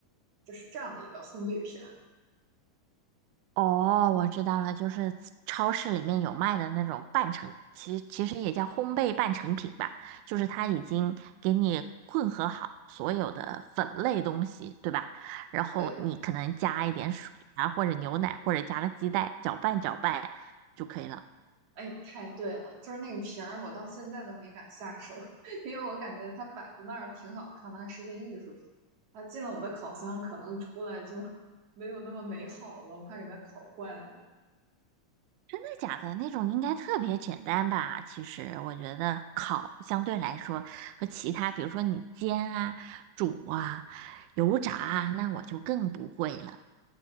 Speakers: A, on the right; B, on the right.
A: 就是这样的一个烘焙瓶儿。
B: 哦，我知道了，就是超市里面有卖的那种半成，其实其实也叫烘焙半成品吧，就是它已经给你混合好所有的粉类东西，对吧？然后你可能加一点水啊，
A: 对
B: 或者牛奶，或者加个鸡蛋，搅拌搅拌就可以了。
A: 哎，太对了，就是那个瓶儿，我到现在都没敢下手，<laughs> 因为我感觉它摆在那儿挺好看的，它是件艺术品。它进了我的烤箱，可能出来就 <laughs> 没有那么美好了，我怕给它烤坏了。
B: 真的假的那种应该特别简单吧？其实我觉得烤相对来说和其他，比如说你煎啊、煮啊、油炸啊，那我就更不会了。